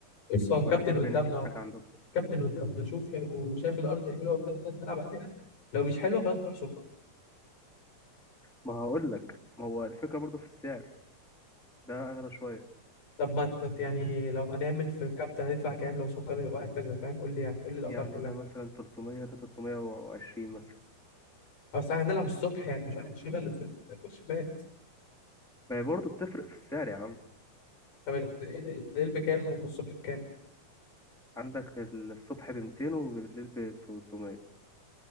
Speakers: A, on the left; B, in the centre.
A: بص هو الكابتن
B: ولا تحب
A: قدامنا
B: نحجز
A: اهو
B: حاجه عندكم
A: الكابتن قدامنا شوف لو شايف الأرض حلوة بس نلعب عليها لو مش حلوة خلاص نروح سكر
B: ما هقول لك ما هو الفكره برضو في السعر ده اغلى شويه
A: طب ما ما- يعني لو هنعمل في الكابتن هندفع كام لو سكر يبقى وهكذا فاهم قول لي يعني قول لي الأسعار
B: يعني
A: كلها
B: ده مثلا 300 ده 320 مثلا
A: أو ساعة هنلعب الصبح يعني مش هنشغل في الشباب
B: ما هي برضو بتفرق في السعر يا عم
A: طب الليل بكام والصبح بكام؟
B: عندك الصبح ب 200 وبالليل ب 300